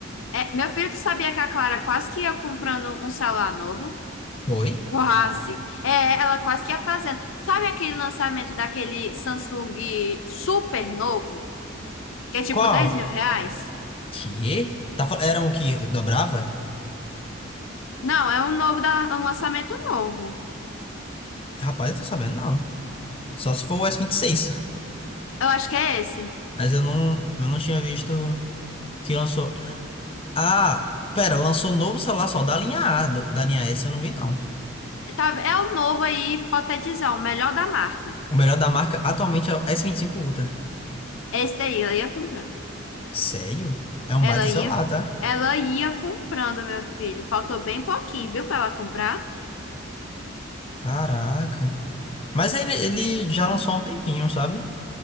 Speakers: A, on the left (about 75°); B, on the left (about 30°).
A: É, meu filho, tu sabia que a Clara quase que ia comprando um celular novo?
B: Foi?
A: Quase. É, ela quase que ia fazendo. Sabe aquele lançamento daquele Samsung super novo? Que é tipo
B: Qual?
A: dez mil reais?
B: Que? Tá... fal- Era um que dobrava?
A: Não, é um novo da, um lançamento novo.
B: Rapaz, eu tô sabendo, não. Só se for o s vinte e seis.
A: Eu acho que é esse.
B: Mas eu não, eu não tinha visto que lançou. Ah, pera, lançou novo celular só da linha A, do- da linha S eu não vi, não.
A: Tá, é o novo aí, hipotetizar, o melhor da marca.
B: O melhor da marca atualmente é o s vinte e cinco Ultra.
A: Esse daí, ela ia comprando.
B: Sério? É um
A: Ela
B: baita celular,
A: ia,
B: tá?
A: ela ia comprando, meu filho. Faltou bem pouquinho, viu, pra ela comprar.
B: Caraca. Mas ele, ele já lançou há um tempinho, sabe?